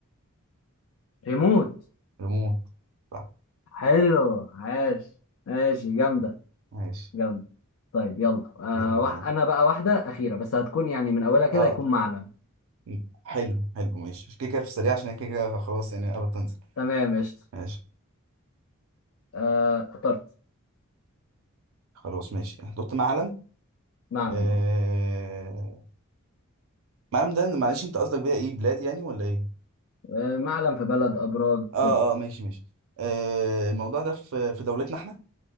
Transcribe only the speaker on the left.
ريموت
حلو عاش ماشي جامدة
جامدة طيب يلا آه
وح...
انا بقى واحدة أخيرة بس هتكون يعني من اولها كده
هيكون معلم
تمام قشطة
آه اخترت
معلم
اه
آه، معلم في بلد ابراج
كده